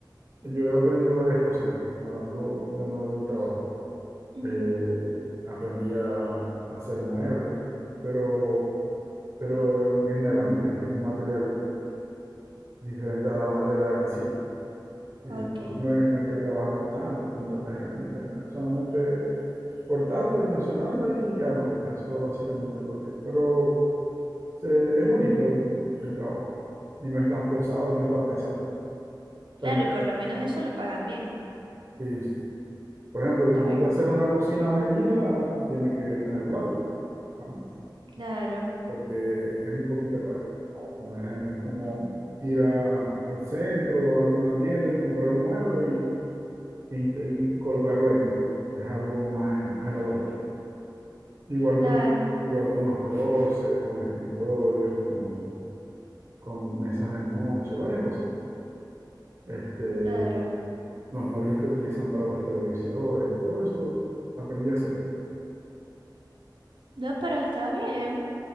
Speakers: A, on the right (about 40°); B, on the right (about 80°).
A: yo he aprendido varias cosas aquí, hablando de nuevo del trabajo.
B: Ujú.
A: Eh, aprendí a, a hacer muebles, pero, pero en en melamina, que es un material diferente a la madera en sí. pues. Y
B: Ok.
A: no, no hay, no hay que trabajarla tanto con tantas herramientas ni nada. Solamente cortarla, dimensionarla y armarla. Eso básicamente es lo que es. Pero se- es bonito el, el trabajo. Y no es tan forzado, no es tan pesado.
B: Claro,
A: También,
B: y por lo menos eso lo pagan bien.
A: sí, sí. Por ejemplo, el
B: Está
A: que manda
B: bien.
A: a hacer una cocina a medida tiene que tener plata, pues, am-
B: Claro,
A: porque es un poquito cara. No es, no es como ir a- al centro o a alguna tienda y comprar un mueble y, y colocarlo ahí, no. Es algo más, más elaborado. Igual
B: claro,
A: con, igual con los closets, con escritorios, con, con
B: mm,
A: mesas de noche, varias cosas. Este,
B: claro.
A: los muebles que utilizan para los televisores, todo eso aprendí a hacer.
B: No, pero está bien,